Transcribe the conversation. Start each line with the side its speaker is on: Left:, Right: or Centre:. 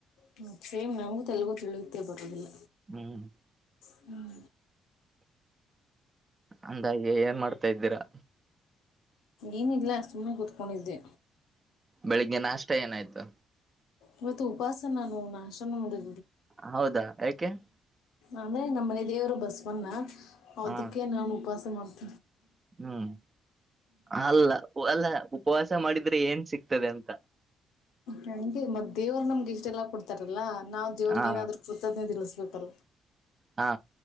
Left: ಹ್ಮ ಸೇಮ್ ನಂಗಗೂ ತೆಗು ತಿಳಿಯುತ್ತೆ ಬರುದಿಲ್ಲ.
Right: ಹ್ಮ್
Left: ಹ್ಮ.
Right: ಅಂದಾಗೆ ಏನ್ ಮಾಡ್ತಾ ಇದ್ದೀರಾ.
Left: ಏನಿಲ್ಲ ಸುಮ್ಮನೆ ಕುೂತ್ಕೊಂಡಿದ್ದೆ.
Right: ಬೆಳಿಗ್ಗೆ ನಾಷ್ಟ ಏನಾಯ್ತು.
Left: ಮವತ್ತತ್ ಉಪಾಸ ನಾನು ನಾಶನ ಮಾಡು.
Right: ಹೌದಾ ಯಾಕೆ.
Left: ಅಂದ್ರೆ ನಮ್ಮ ಮನೆ ದೇವರು ಬಸವಣ್ಣ. ಅದಕ್ಕೆ
Right: ಹ
Left: ನಾನು. ಬಸ ಮತ.
Right: ಹ್ಮ್ ಅಲ್ಲ ಅಲ್ಲ ಉಪವಾಸ ಮಾಡಿದ್ರೆ ಏನ್ ಸಿಕ್ತ. ಆಗ್ತದೆ ಅಂತ.
Left: ೆ ಹಂಗೆ ಮತ್ ದೇವ್ರು ನಮ್ಗೆ ಇಷ್ಟೆಲ್ಲಾ ಕೊಡ್ತಾರಲ್ಲಾ. ನಾ ದೇವ್ರಿಗೆ
Right: ಹಾ
Left: ಏನಾದ್ರೂತದ್ೇ ತಿರ. ಸಕ್ಕರ.
Right: ಹಾ.